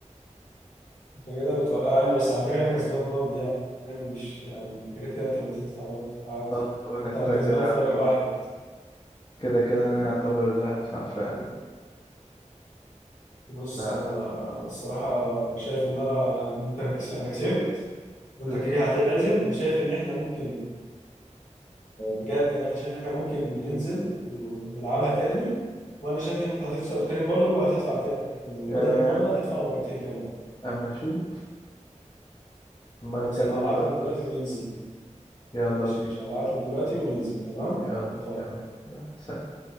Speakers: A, on the left; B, on the left.
A: انت كده بتوقعني بس على فكره انا كسبان برضه يعني مش يعني انت كده كده انت اللي هتدفع برضه عادي
B: اه وأنا
A: انت
B: كده
A: انا كسبان
B: كده أعتبر
A: فرق واحد
B: كده كده أنا أعتبر اللي هدفع فعلا
A: بص
B: ف
A: انا انا الصراحه انا شايف ان انا ان انت كس- انا كسبت وانت
B: بالظبط
A: كده هتعزم وشايف ان احنا ممكن بجد يعني شايف ان احنا ممكن ننزل ونلعبها تاني وانا شايف ان انت هتخسر تاني برضه وهتدفع تاني يعني
B: آه.
A: بدل المره هتدفع مرتين كمان
B: أما شو ما
A: خلاص
B: تكذب
A: انا هبعت
B: الغطاس
A: لك دلوقتي وننزل
B: يلا
A: ماشي
B: بينا
A: ماشي هبعت لك دلوقتي وننزل تمام
B: يلا
A: اتفقنا
B: تمام يلا سلام